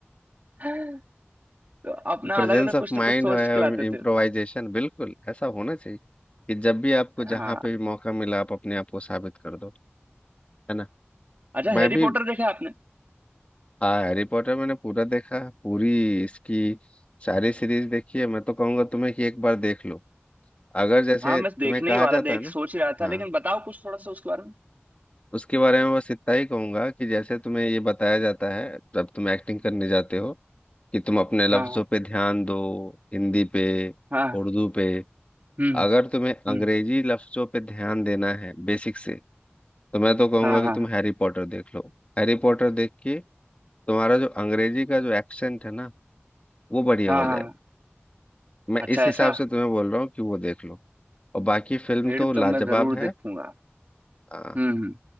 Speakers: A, on the right (about 40°); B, on the left (about 30°).
A: <laughs> तो अपना
B: प्रेजेंस
A: अलग अलग
B: ऑफ
A: कुछ ना
B: माइंड
A: कुछ सोच
B: <laughs> है
A: के लाते
B: इम्प्रोवाइजेशन
A: थे
B: बिल्कुल ऐसा होना चाहिए कि जब भी आपको जहाँ
A: हाँ
B: पे भी मौका मिला आप अपने आप को साबित कर दो है ना
A: अच्छा
B: मैं
A: हैरी
B: भी
A: पॉटर देखा आपने
B: आ, हैरी पॉटर मैंने पूरा देखा है, पूरी इसकी सारी सीरीज देखी है मैं तो कहूंगा तुम्हें कि एक बार देख लो अगर जैसे
A: हाँ मैं
B: तुम्हें
A: देखने
B: कहा
A: ही वाला
B: जाता
A: देख
B: है ना
A: सोच ही रहा था
B: हाँ
A: लेकिन बताओ कुछ थोड़ा सा उसके बारे में
B: उसके बारे में बस इतना ही कहूंगा कि जैसे तुम्हें ये बताया जाता है जब तुम एक्टिंग करने जाते हो कि तुम अपने लफ्जों
A: हाँ हाँ
B: पे ध्यान दो हिंदी पे
A: हाँ,
B: उर्दू पे
A: हम्म
B: अगर तुम्हें अंग्रेजी
A: हम्म
B: लफ्जों पे ध्यान देना है बेसिक से तो मैं तो कहूंगा
A: हाँ
B: कि
A: हाँ
B: तुम
A: हाँ
B: हैरी पॉटर देख लो हैरी पॉटर देख के तुम्हारा जो अंग्रेजी का जो एक्सेंट है ना वो बढ़िया
A: हाँ
B: हो जाएगा
A: हाँ
B: मैं
A: अच्छा
B: इस हिसाब
A: ऐसा
B: से तुम्हें बोल रहा हूँ कि वो देख लो और बाकी फिल्म
A: फिर
B: तो लाजवाब
A: तो मैं जरूर
B: है
A: देखूंगा
B: हाँ,
A: हम्म हम्म,